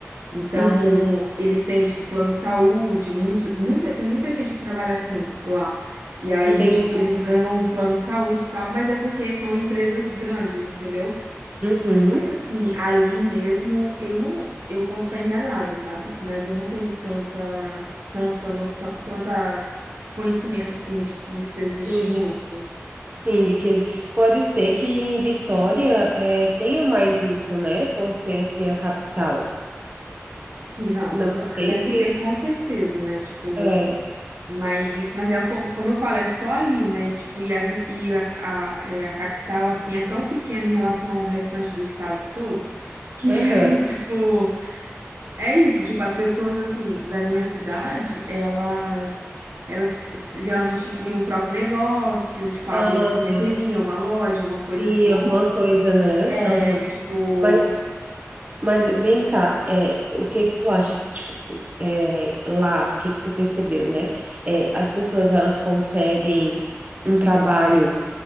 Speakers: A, on the right; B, on the right.
A: Então,
B: Uhum.
A: eles têm, tipo, plano de saúde, muito, muita, tem muita gente que trabalha assim lá. E aí,
B: Entendi.
A: tipo, eles ganham um plano de saúde e tal, mas é porque são empresas grandes, entendeu?
B: Uhum.
A: assim, ali mesmo, eu não, eu posso estar enganada, sabe? Mas eu não tenho tanta, tanta noção, tanta conhecimento assim de que isso existe
B: Sim,
A: muito.
B: Sim, de 15. Pode ser que em Vitória eh, tenha mais isso, né? Por ser assim a capital.
A: Sim, não,
B: Não
A: Vitória
B: sei
A: deve
B: se
A: ter com certeza, né? Tipo,
B: é.
A: mas, mas é co- como eu falo, é só ali, né? E, tipo, e a, vi- e a, a, é, a capital assim é tão pequena em relação ao restante do estado todo que
B: Aham.
A: <laughs> aí, tipo É isso, tipo, as pessoas assim da minha cidade, elas elas geralmente criam o próprio negócio, tipo, abrem
B: Ah,
A: uma sorveteria,
B: tá.
A: uma loja, uma coisa
B: Sim,
A: assim.
B: alguma coisa, né?
A: É,
B: Aham.
A: tipo,
B: Mas, mas vem cá, é, o que que tu acha? Tipo, é, lá, o que que tu percebeu, né? É, as pessoas elas conseguem um trabalho